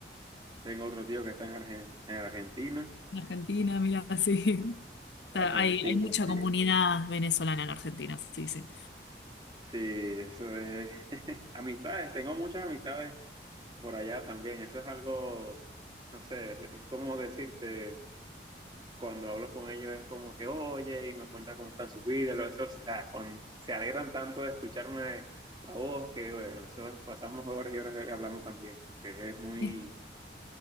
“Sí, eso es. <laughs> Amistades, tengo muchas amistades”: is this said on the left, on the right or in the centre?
Right